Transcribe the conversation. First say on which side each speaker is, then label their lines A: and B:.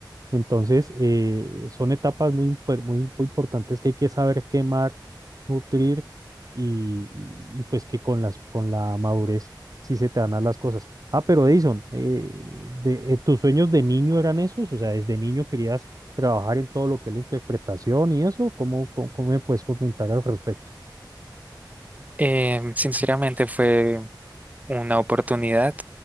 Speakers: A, on the right (about 50°); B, on the right (about 20°).
A: Entonces, eh, son etapas muy, imper- muy, imp- importantes que hay que saber quemar, nutrir y, y, pues que con las, con la madurez sí se te dan a las cosas. Ah, pero Edison, eh, de, eh, ¿tus sueños de niño eran esos? O sea, ¿desde niño querías trabajar en todo lo que es la interpretación y eso? ¿Cómo, cómo, cómo me puedes comentar al respecto?
B: Eh, sinceramente fue una oportunidad